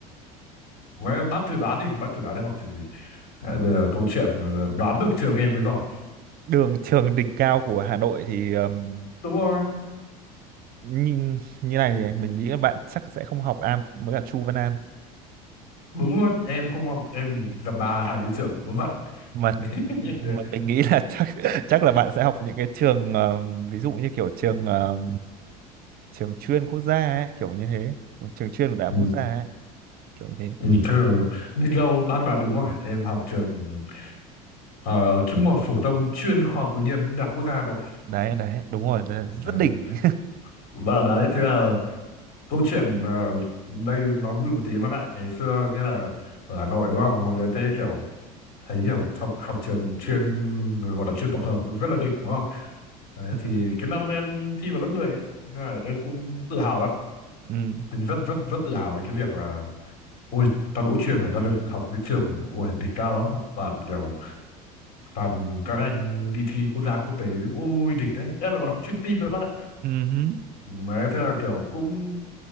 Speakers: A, on the left; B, on the right.
A: Với bác thử đoán đi, bác thử đoán đi học trường gì. À, bây giờ câu chuyện là đoán được trường em mới giỏi.
B: Đường trường đỉnh cao của Hà Nội thì um,
A: Đúng rồi.
B: nhìn như này thì mình nghĩ là bạn chắc sẽ không học Am với cả Chu Văn An
A: đúng luôn em không học em gặp bà hai cái trưởng vớ vẩn
B: mà
A: <laughs>
B: mà mình nghĩ là <laughs> chắc chắc là bạn sẽ học những cái trường ờ, ví dụ như kiểu trường ờ, trường chuyên quốc gia ấy, kiểu như thế trường chuyên của đại học
A: ừ.
B: quốc gia ấy, kiểu như thế
A: ừ, thế là biết đâu bác bà đúng rồi em học trường ờ, trung học phổ thông chuyên khoa học tự nhiên đại học quốc gia Hà Nội
B: đấy đấy đúng rồi đấy,
A: Đấy.
B: rất đỉnh
A: và đấy thế là câu chuyện ờ, đây nó vui một tí bác ạ ngày xưa thế là ở Hà Nội đúng không mọi người thấy kiểu thấy kiểu học học trường chuyên gọi là chuyên tổng hợp rất là đỉnh đúng không đấy,
B: <laughs>
A: thì cái năm em thi vào lớp 10, ấy, thế là em cũng tự hào lắm
B: ừ
A: mình rất rất rất tự hào về cái việc là ôi tao đỗ chuyên rồi tao được học cái trường ôi đỉnh cao lắm toàn kiểu toàn các anh đi thi quốc gia quốc tế ôi đỉnh đấy em lại còn học chuyên tin đấy bác ạ
B: ừ hứ.
A: mà thế là kiểu cũng